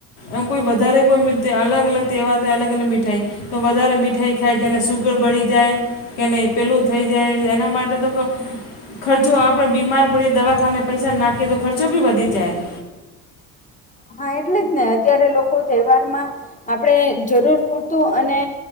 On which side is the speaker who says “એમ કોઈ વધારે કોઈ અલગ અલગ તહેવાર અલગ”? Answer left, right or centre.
Left